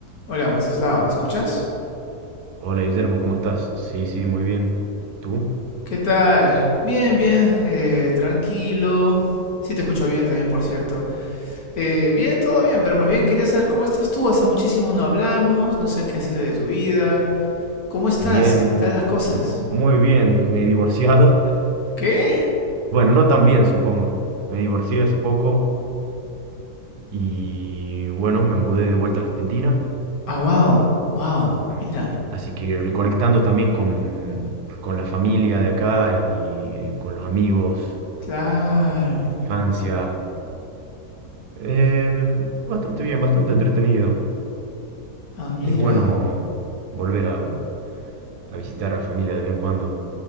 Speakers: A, on the left; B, on the right.
A: Hola, Wenceslao, ¿me escuchas?
B: Hola Guillermo, ¿cómo estás? Sí, sí, muy bien. ¿Tú?
A: ¿Qué tal? Bien, bien, eh, tranquilo. Sí, te escucho bien también, por cierto. Eh, bien, todo bien, pero más bien quería saber cómo estás tú. Hace muchísimo no hablamos, no sé qué ha sido de tu vida. ¿Cómo estás?
B: Bien,
A: ¿Qué
B: muy,
A: tal las cosas?
B: muy bien. Me he divorciado. <laughs>
A: ¿Qué?
B: Bueno, no tan bien, supongo. Me divorcié hace poco y bueno, me mudé de vuelta a Argentina.
A: Ah, wow, wow,
B: Em,
A: mira.
B: Así que reconectando también con, con la familia de acá y con los amigos
A: Claro.
B: de la infancia. Eh, bastante bien, bastante entretenido.
A: Ah, mira.
B: Es bueno volver a, a visitar a la familia de vez en cuando.